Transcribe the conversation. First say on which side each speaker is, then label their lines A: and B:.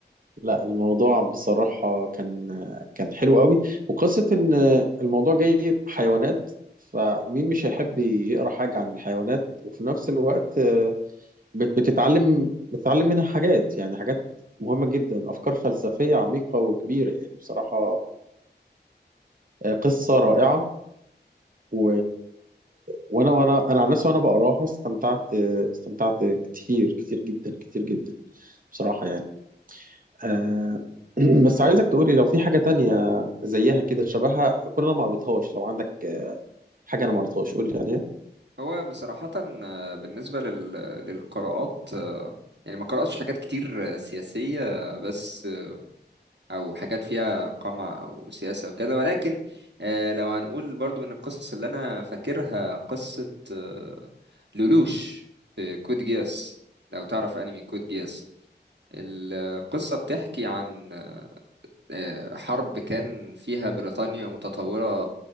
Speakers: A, on the right; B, on the right.
A: لا الموضوع بصراحة كان كان حلو قوي وقصة إن الموضوع جاي حيوانات فمين مش هيحب يقرأ حاجة عن الحيوانات وفي نفس الوقت آه، بت- بتتعلم بتتعلم منها حاجات يعني حاجات مهمة جدا أفكار فلسفية عميقة وكبيرة يعني بصراحة آه، قصة رائعة و... وانا وانا انا عن نفسي وانا بقراها استمتعت استمتعت كتير كتير جدا كتير جدا بصراحة يعني آه... <clears throat> بس عايزك تقولي لو في حاجة تانية زيها كده شبهها كل انا ما قريتهاش لو عندك آه، حاجة انا ما قريتهاش قولي عليها
B: هو بصراحه آه، بالنسبه لل... للقراءات آه، يعني ما قراتش حاجات كتير آه، سياسيه آه، بس آه، او حاجات فيها قمع او سياسه وكده ولكن آه، لو هنقول برضو من القصص اللي انا فاكرها قصه آه، لولوش في كود جياس لو تعرف انمي كود جياس القصه بتحكي عن آه، حرب كان فيها بريطانيا متطورة